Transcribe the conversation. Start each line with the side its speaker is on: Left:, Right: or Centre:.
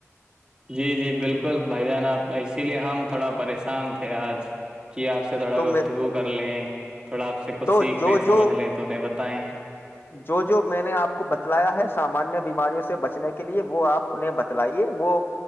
Right: جی جی بالکل بھائی جناب اسی لیے ہم تھوڑا پریشان تھے آج کہ آپ سے تھوڑا
Left: تو
Right: گفتگو
Left: میں
Right: کر لیں تھوڑا آپ سے کچھ
Left: تو
Right: سیکھ
Left: جو
Right: لیں سمجھ
Left: جو
Right: لیں تو انہیں بتائیں
Left: جو جو میں نے آپ کو بتلایا ہے سامانیہ بیماریوں سے بچنے کے لیے وہ آپ انہیں بتلائیے وہ